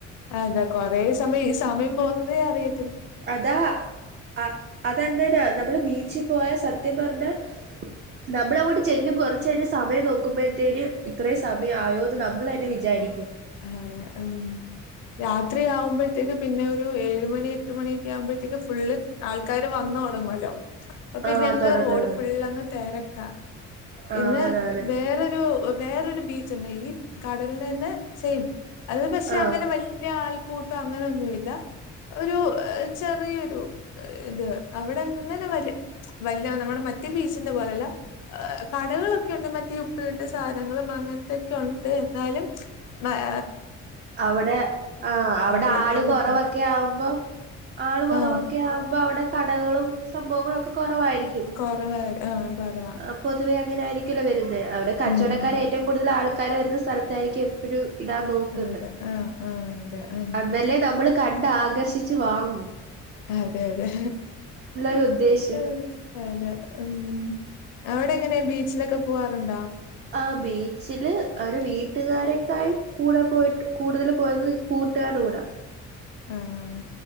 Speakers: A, on the left; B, on the right.
A: അതെ കൊറെ സമയം ഈ സമയം പോകുന്നതേ അറിയ
B: അതാ അ അതെങ്ങനാ നമ്മള് ബീ ച്ച് പോയാ സത്യം പറഞ്ഞാ നമ്മൾ അങ്ങോട്ട് ചെല്ലും കുറച്ചു കഴിഞ് സമയം നോക്കുമ്പഴത്തേന് ഇത്രയും സമയം ആയോന്ന് നമ്മളന്നെ വിചാരിക്കും.
A: ആഹ് ഉം രാത്രി ആവുമ്പഴ്ത്തേക്ക് പിന്നെ ഒരു ഏഴുമണി എട്ട് മണിയൊക്കെ ആകുമ്പഴ്ത്തേക്ക് ഫുള്ള് ആൾക്കാര് വന്ന് തൊടങ്ങൊല്ലോ അപ്പപിന്നങ്ങ്
B: ആഹ് തൊടങ്ങാറായി
A: റോഡ് ഫുള്ളങ്ങ് തെര അ പിന്നെ
B: ആഹ് അതാണ്
A: വേറൊരു വേറൊരു ബീച്ച്ണ്ട് ഈ കടൽനെനെ സെയിം അത് പക്ഷെ
B: ആഹ്
A: അങ്ങനെ വല്ല്യ ആൾക്കൂട്ടം അങ്ങനൊന്നുമില്ല ഒരു ചെറിയൊരു ഇത് അവിടെ അങ്ങനെ വല വല്ല നമ്മളെ മറ്റേ ബീച്ചിന്റെ പോലെല്ല കടകളൊക്കെയുണ്ട് മറ്റേ ഉപ്പിലിട്ട സാധനങ്ങളും അങ്ങനത്തൊക്കെ ഉണ്ട് എന്നാലും മഏ
B: അവടെ ആ അവടെ
A: ബേക്കലിൽ
B: ആള് കൊറവൊക്കെ
A: പോവാൻ
B: ആവുമ്പം ആള് കുറവൊക്കെ
A: ആ
B: ആബെ അവടെ കടകളും സംഭവങ്ങളൊക്കെ കൊറവായിരിക്കും
A: കുറവാ ആ കുറവാ
B: ആ പൊതുവെ അങ്ങനെ ആയിരി ക്കല്ലോ വരുന്നെ അവ്ടെ കച്ചോടക്കാര
A: ഉം
B: ഏറ്റവും കൂടുതലാൾ കരവരുന്ന സ്ഥലത്തായിരിക്കും എപ്പഴും ഇടാൻ നോക്കുന്നെ
A: അതെ ആ ആ അതെ ഉം
B: അന്നല്ലേ ന്നമ്മ്ള് കണ്ടാഗർഷിച്ച് വാങ്ങു
A: അതെ അതെ
B: ഒരു ഉദ്ദേശം
A: ഉ അതെ ഉമ് അവടെ എങ്ങനെ ബീച്ചിലൊക്കെ പോവാറുണ്ടോ
B: ആ ബീച്ചില് അവര് വീട്ടുകാരേക്കായും കൂടെ പോയിട്ട് കൂടുതല് പോയത് കൂ കൂട്ടാരൂടെ
A: ആഹ